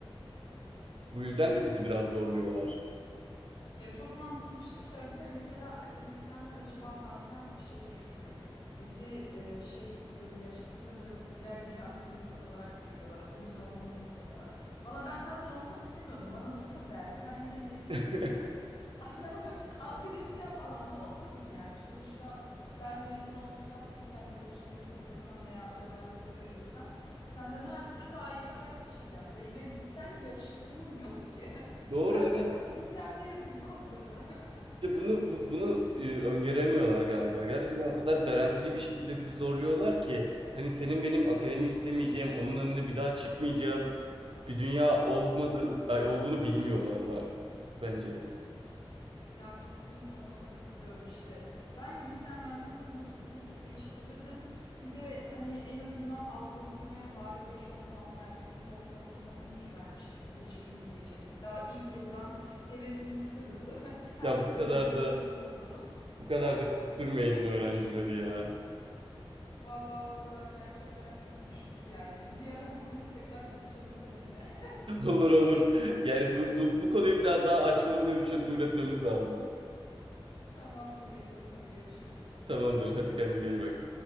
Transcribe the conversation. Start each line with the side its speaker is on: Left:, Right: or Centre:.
Left: <laughs>
Right: Bu
Left: Kesinlikle
Right: yüzden de bizi
Left: bu
Right: biraz
Left: arada.
Right: zorluyorlar.
Left: Ya çok mantıklı bir şey söyledim ve mesela akademisyenler acaba bazen şey düşünürüm. Bizi e, şey böyle yarıştıkları birer yeni akademisyen olarak mı görüyorlar? Akademisyen olmamızı mı istemiyorlar? Valla ben zaten olmak istemiyordum. Bana sıfır verdi. Ben yine mezun
Right: <laughs>
Left: oldum elbet. <laughs> Akademisyen falan da olmadım yani. Sonuçta ben mezun olduktan sonra kendi projelerimi kodlasam veya özel sektöre girsem senden her türlü daha iyi bir hayat yaşayacağım. Ben, ben, seninle yarış durumum yok ki. <laughs>
Right: Doğru
Left: Bırak
Right: evet.
Left: da ben bilgisayarda yazayım kodları. <laughs>
Right: İşte bunu bu- bunu e, öngöremiyorlar galiba. Gerçekten o kadar garantici bir şekilde bizi zorluyorlar ki hani senin benim akademi istemeyeceğim, onun önüne bir daha çıkmayacağım bir dünya olmadığı ay, olduğunu bilmiyorlar ba- bence.
Left: Ya kesinlikle ona katılıyorum işte. Ben bilgisayar mühendisliğinde bunu kesinlikle değiştirirdim. Bir de hani en azından algoritmaya bari 5-10 puan versin. Sınıf ortalamasına 13 vermişti. Mesela hiçbirimiz geçemedik. Daha ilk yıldan hevesimiz kırıldı. <laughs> Herkes
Right: Ya bu kadar
Left: demoralize
Right: da
Left: oldu.
Right: bu kadar
Left: <laughs>
Right: da küstürmeyin öğrencileri ya.
Left: Vallahi o aralar gerçekten küsmüştük yani. Bir ara bu konuyu tekrar konuşalım seninle.
Right: <laughs> Olur olur. Yani bu, bu bu konuyu biraz daha açmamız ve bir çözüm üretmemiz lazım.
Left: <laughs> Tamamdır yapalım hadi görüşürüz.
Right: Tamamdır. Hadi kendine iyi bak.